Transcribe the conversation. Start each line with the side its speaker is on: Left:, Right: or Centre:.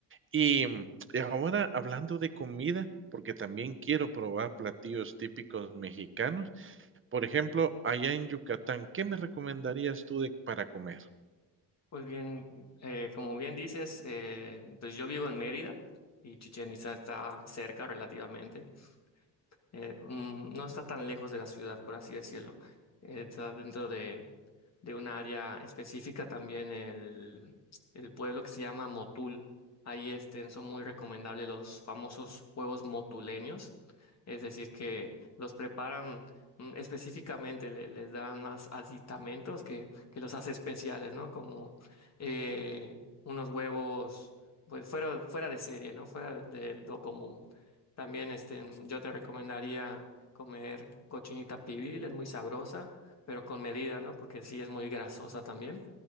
Right: Y, mm, y ahora hablando de comida, porque también quiero probar platillos típicos mexicanos. Por ejemplo, allá en Yucatán, ¿qué me recomendarías tú de, para comer?
Left: Pues bien, eh, como bien dices, eh, pues yo vivo en Mérida y Chichén Itzá está cerca relativamente. eh, mm, no está tan lejos de la ciudad, por así decirlo. Eh, está dentro de, de un área específica, también el, el pueblo que se llama Motul. Ahí este, son muy recomendables los famosos huevos motuleños, es decir, que los preparan mm, específicamente, le- les dan más aditamentos que, que los hace especiales, ¿no? Como eh, unos huevos, pues fuera, fuera de serie, ¿no? Fuera de lo común. También este, yo te recomendaría comer cochinita pibil, es muy sabrosa pero con medida, ¿no? Porque sí es muy grasosa también.